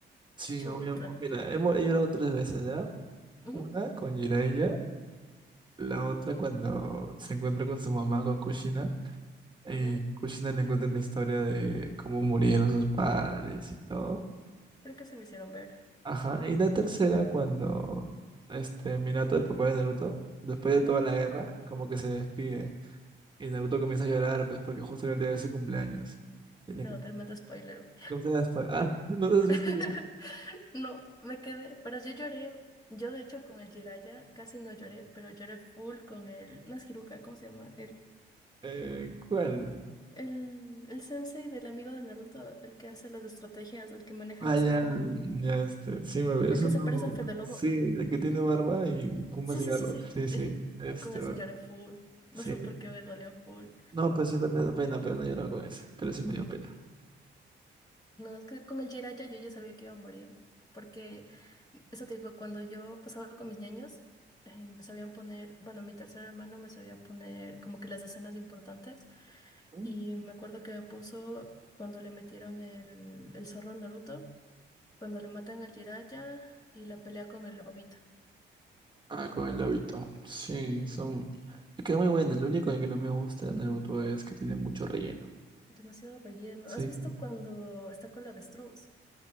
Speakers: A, on the right; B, on the left.
A: Sí,
B: Chuta.
A: obviamente. Mira, hemos he llorado tres veces, ¿ya?
B: Ujú,
A: Una con Jiraiya, la otra cuando se encuentra con su mamá, con Kushina, y
B: Ya,
A: Kushina le cuenta la historia de cómo murieron sus padres y todo.
B: creo que se me hicieron ver.
A: Ajá, y la tercera, cuando este Minato, el papá de Naruto, después de
B: Ujú.
A: toda la guerra, como que se despide. Y Naruto comienza a llorar, pues, porque justo era el día de su cumpleaños. Y le
B: No,
A: com-
B: tremendo spoiler.
A: comienza a despa- Ah, <laughs> ¿no lo has visto?
B: <laughs> No, me quedé, pero yo lloré. Yo, de hecho, con el Jiraiya casi no lloré, pero lloré full con el... No es Hiruka, ¿cómo se llama?
A: Eh, ¿cuál?
B: El, el sensei del amigo de Naruto, el que hace las estrategias, el que maneja
A: Ah,
B: la
A: ya,
B: sombra,
A: ya, este, sí, me
B: el
A: eso
B: que
A: no
B: se parece al Fede Lobo.
A: Sí, el que tiene barba y fuma
B: Sí,
A: cigarros.
B: sí, sí, sí.
A: Sí, sí,
B: Es,
A: este,
B: con ese lloré full. No
A: sí.
B: sé por qué me dolió full.
A: No, pues sí, también me da pena, pero no he llorado con ese. Pero sí me dio pena.
B: No, es que con el Jiraiya yo ya sabía que iba a morir. Porque, eso te digo, cuando yo pasaba con mis niños, eh, me sabían poner, bueno, mi tercer hermano me sabía poner como que las escenas importantes.
A: Ujú.
B: Y me acuerdo que me puso cuando le metieron el, el zorro al Naruto. cuando le matan al Jiraiya y la pelea con el lobito.
A: Ah, con el hábito. Sí,
B: Ujú.
A: son... Me Queda muy bueno. Lo único que no me gusta de Naruto es que tiene mucho relleno.
B: Demasiado relleno.
A: Sí.
B: ¿Has visto cuando está con la avestruz?